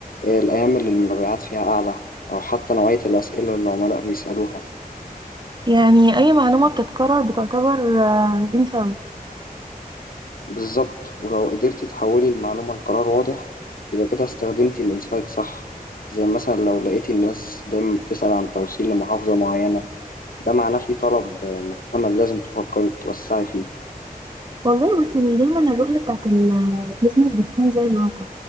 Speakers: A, on the left; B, on the right.
A: آه، الأيام اللي المبيعات فيها أعلى أو حتى نوعية الأسئلة اللي العملاء بيسألوها
B: يعني أي معلومة بتتكرر بتعتبر انسايت
A: بالظبط ولو قدرتي تحولي المعلومة لقرار واضح يبقى كده استخدمتي الإنسايت صح زي مثلا لو لقيتي الناس دايما بتسأل عن توصيل لمحافظة معينة ده معناه في طلب آه، محتمل لازم تفكري توسعي فيه
B: والله بس مش دايما الرؤية بتاعت البيزنس بتكون زي الواقع